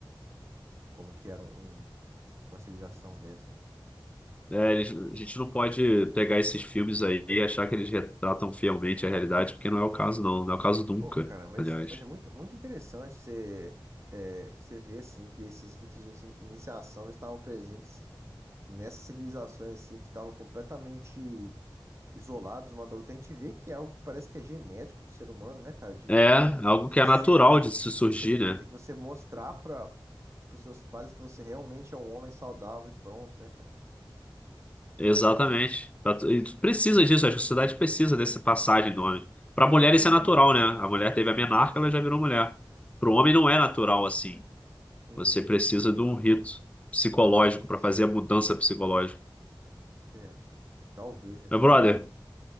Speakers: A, on the right; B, on the left.
A: como que era um- um- uma civilização dessa.
B: é, eles- a gente não pode pegar esses filmes aí e achar que eles retratam fielmente a realidade, porque não é o caso, não. Não é o caso nunca,
A: Pô, cara, mas,
B: aliás.
A: mas é muito, muito interessante você, é, você ver, assim, que esses ritos de inici- iniciação estavam presentes nessas civilizações, assim, que estavam completamente isolados uma da outra. A gente vê que é algo que parece que é genético do ser humano, né, cara? De,
B: É, algo
A: de
B: que
A: você,
B: é natural
A: vo-
B: de se surgir,
A: você, te-
B: né?
A: você mostrar para os seus pais que você realmente é um homem saudável e pronto, né, cara?
B: Exatamente. Pra tu- E tu precisa disso, a sociedade precisa dessa passagem do homem. Para mulher isso é natural, né? A mulher teve a menarca, ela já virou mulher. Para o homem não é natural assim.
A: É,
B: Você precisa de um rito psicológico
A: talvez,
B: para fazer a mudança psicológica.
A: é, talvez, né, cara?
B: Meu brother,